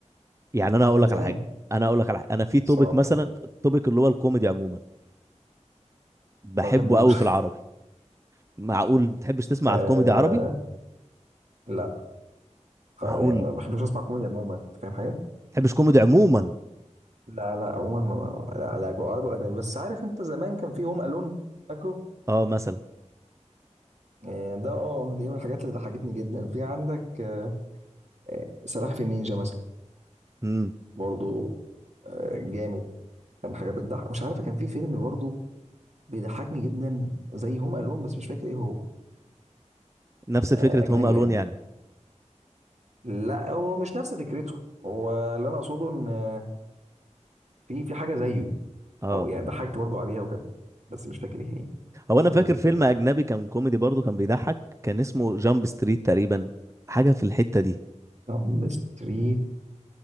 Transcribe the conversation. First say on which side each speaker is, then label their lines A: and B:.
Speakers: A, on the right; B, on the right.
A: يعني انا هقول
B: كان
A: لك
B: زمان
A: على حاجه انا هقول لك على حاجه انا في توبيك
B: صراحه
A: مثلا
B: يعني
A: التوبيك اللي هو الكوميدي عموما بحبه
B: ما بحبوش
A: قوي في
B: <laughs>
A: العربي معقول ما تحبش تسمع
B: آه
A: كوميدي عربي
B: لا خ-
A: معقول
B: يعني
A: ما
B: ما بحبش اسمع كوميديا عموما انت فاهم حاجه
A: تحبش كوميدي عموما
B: لا لا عموما ما ما- لا لا جو- عربي ولا اجنبي بس عارف انت زمان كان في هوم الون فاكره
A: اه مثلا
B: آه، ده اه دي من الحاجات اللي ضحكتني جدا في عندك آه، آه، سلاحف النينجا مثلا
A: امم
B: برضو آه، جامد كان حاجه بتضحك مش عارف كان في فيلم برضو بيضحكني جدا زي هوم الون بس مش فاكر ايه هو
A: نفس
B: آه،
A: فكره
B: اجنبي
A: هوم الون
B: يعني
A: يعني
B: لا هو مش نفس فكرته هو اللي انا اقصده ان آه، في في حاجه زيه
A: اه
B: او يعني ضحكت برضو عليها وكده بس مش فاكر ايه هي
A: هو انا
B: مش
A: فاكر
B: متذكرها
A: فيلم اجنبي كان كوميدي برضه كان بيضحك كان اسمه جامب ستريت تقريبا حاجه في الحته دي
B: جامب ستريت